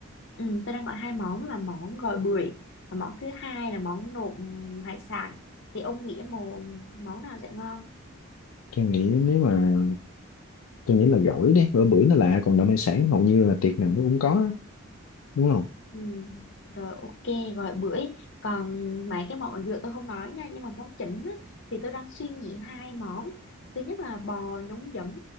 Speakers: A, on the left; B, on the left.
A: ừ, tôi đang có hai món là món gỏi bưởi và món thứ hai là món nộm hải sản thì ông nghĩ một món nào sẽ ngon
B: Tôi nghĩ nếu mà tôi nghĩ là gỏi đi, bữa bữa nó lạ còn đậu hải sản hầu như là tiệc nào nó cũng có á, đúng không?
A: Ừ, rồi ok gọi bưởi còn mấy cái món ở dừa tôi không nói nha nhưng mà món chính á, thì tôi đang suy nghĩ hai món thứ nhất là bò nhúng giấm